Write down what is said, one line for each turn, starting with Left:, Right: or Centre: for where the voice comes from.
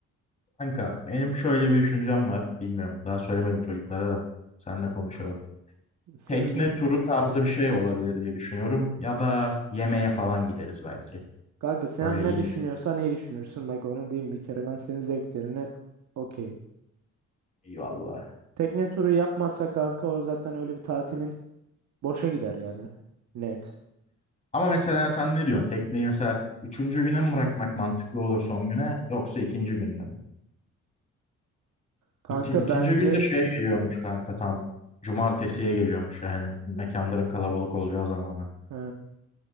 Left: Kanka benim şöyle bir düşüncem var. Bilmiyorum daha söylemedim çocuklara da. Seninle konuşalım.
Right: Senin
Left: Tekne
Right: dü-
Left: turu tarzı bir şey olabilir diye düşünüyorum. Ya da yemeğe falan gideriz belki.
Right: kanka sen
Left: Böyle
Right: ne
Left: iyi
Right: düşünüyorsan
Left: bir.
Right: iyi düşünürsün. Bak onu diyeyim bir kere ben senin zevklerine okeyim.
Left: Eyvallah.
Right: Tekne turu yapmazsak kanka o zaten öyle bir tatilin boşa gider yani. Net.
Left: Ama mesela sen ne diyorsun? Tekneyi mesela üçüncü güne mi bırakmak mantıklı olur son güne yoksa ikinci günde mi?
Right: Kanka
Left: İki, ikinci
Right: bence
Left: günde şeye geliyormuş kanka tam cumartesiye geliyormuş yani mekanların kalabalık olacağı zamanı.
Right: He.